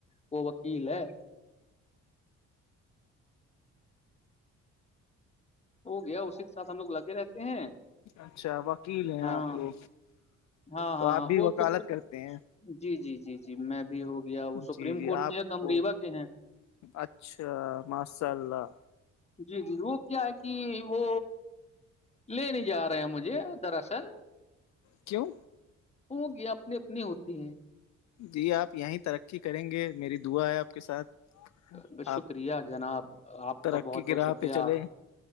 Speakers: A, on the left; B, on the left.
A: وہ وکیل ہے ہو گیا اسی کے ساتھ ہم لوگ لگے رہتے ہیں
B: اچھا وکیل ہیں
A: ہاں
B: وہ
A: ہاں
B: تو
A: ہاں
B: آپ بھی
A: وہ
B: وکالت
A: سپ
B: کرتے ہیں
A: جی جی جی جی میں بھی ہو گیا وہ سپریم
B: جی جی
A: کورٹ
B: آپ
A: کے ہیں تومریوا
B: کو
A: کے ہیں
B: اچھا ماشاء اللہ
A: جی جی وہ کیا ہے کہ وہ لے نہیں جا رہے ہیں مجھے دراصل
B: کیوں
A: ہو گیا اپنے اپنے ہوتے ہیں
B: جی آپ یہیں ترقی کریں گے میری دعا ہے آپ کے ساتھ
A: بس
B: آپ
A: شکریہ جناب آپ
B: ترقی
A: کا بہت
B: کی
A: بہت
B: راہ
A: شکریہ
B: پہ چلے